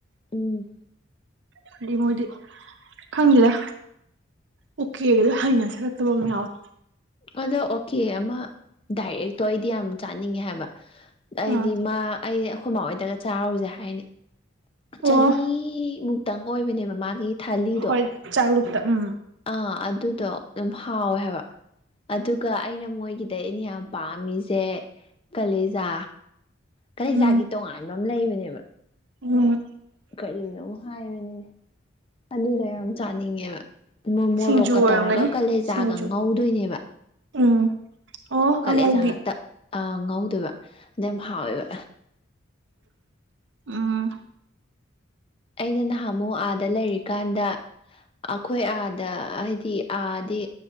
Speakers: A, on the left; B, on the right.
A: ꯎꯝ
B: ꯍꯥꯏꯗꯤ ꯃꯣꯏꯗꯤ ꯈꯪꯗꯦꯗ ꯑꯣꯀꯦꯒꯖꯦ ꯍꯩꯅꯁꯜꯂꯛꯇꯕ ꯑꯃ ꯌꯥꯎꯏ
A: ꯑꯗꯣ ꯑꯣꯀꯦ ꯑꯃ ꯗꯥꯏꯔꯦꯛꯇꯣ ꯑꯩꯗꯤ ꯌꯥꯝ ꯆꯥꯅꯤꯡꯉꯦ ꯍꯥꯏꯕ ꯑꯩꯗꯤ
B: ꯑꯥ
A: ꯃꯥ ꯑꯩꯗꯤ ꯑꯩꯈꯣꯏ ꯃꯥꯍꯣꯏꯗꯒ ꯆꯥꯔꯨꯖꯦ ꯍꯥꯏꯅꯤ ꯆꯅꯤ
B: ꯑꯣ
A: ꯃꯨꯛꯇꯪ ꯑꯣꯏꯕꯅꯦꯕ ꯃꯥꯒꯤ ꯊꯥꯂꯤꯗꯣ
B: ꯍꯣꯏ ꯆꯥꯛꯂꯨꯛꯇ ꯎꯝ
A: ꯑꯥ ꯑꯗꯨꯗꯣ ꯑꯗꯨꯝ ꯍꯥꯎꯋꯦ ꯍꯥꯏꯕ ꯑꯗꯨꯒ ꯑꯩꯅ ꯃꯣꯏꯒꯤꯗꯩ ꯑꯩꯅ ꯌꯥꯝ ꯄꯥꯝꯃꯤꯁꯦ ꯀꯂꯦꯖꯥ ꯀꯥꯂꯦꯖꯥꯒꯤ
B: ꯎꯝ
A: ꯇꯣꯉꯥꯟꯕ ꯑꯃ ꯂꯩꯕꯅꯦꯕ
B: ꯎꯝ
A: ꯀꯔꯤꯅꯣꯃ ꯍꯥꯏꯕꯅꯤꯅꯦ ꯑꯗꯨꯗꯣ ꯌꯥꯝ ꯆꯥꯅꯤꯡꯉꯦꯕ ꯃꯣ ꯃꯣꯔꯣꯛꯀ
B: ꯁꯤꯡꯖꯨ ꯑꯣꯏꯔꯝꯒꯅꯤ
A: ꯇꯧꯔꯒ ꯀꯂꯦꯖꯥꯒ
B: ꯁꯤꯡꯖꯨ
A: ꯉꯧꯗꯣꯏꯅꯦꯕ
B: ꯎꯝ ꯑꯣ
A: ꯀꯂꯦꯖꯥ
B: ꯑꯉꯧꯕꯤ
A: ꯉꯥꯛꯇ ꯑ ꯉꯧꯗꯣꯏꯕ ꯑꯗꯨ ꯌꯥꯝ ꯍꯥꯎꯋꯦꯕ
B: ꯎꯝ
A: ꯑꯩꯅ ꯅꯍꯥꯟꯃꯨꯛ ꯑꯥꯗ ꯂꯩꯔꯤꯀꯥꯟꯗ ꯑꯈꯣꯏ ꯑꯥꯗ ꯍꯥꯏꯗꯤ ꯑꯥꯗꯤ